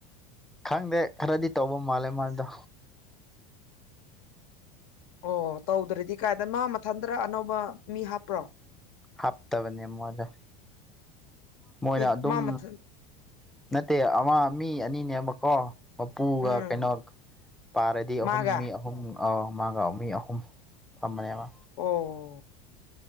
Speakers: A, in the centre; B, on the left.
A: ꯈꯪꯗꯦ ꯈꯔꯗꯤ ꯇꯧꯕ ꯃꯥꯜꯂꯦ ꯃꯥꯗꯣ
B: ꯑꯣ ꯇꯧꯗ꯭ꯔꯗꯤ ꯀꯥꯏꯗꯅ ꯃꯥ ꯃꯊꯟꯇ ꯑꯅꯧꯕ ꯃꯤ ꯍꯥꯞꯄ꯭ꯔꯣ
A: ꯍꯥꯞꯇꯕꯅꯦ ꯃꯣꯏꯗꯣ ꯃꯣꯏꯅ
B: ꯑꯦ
A: ꯑꯗꯨꯝ
B: ꯃꯥ ꯃꯊꯟ
A: ꯅꯠꯇꯦ ꯑꯃ ꯃꯤ ꯑꯅꯤꯅꯦꯕꯀꯣ ꯃꯄꯨꯒ
B: ꯎꯝ
A: ꯀꯩꯅꯣ ꯄꯥꯔꯗꯤ
B: ꯃꯥꯒ
A: ꯑꯍꯨꯝ ꯃꯤ ꯑꯍꯨꯝ ꯃꯥꯒ ꯃꯤ ꯑꯍꯨꯝ ꯐꯝꯕꯅꯦꯕ
B: ꯑꯣ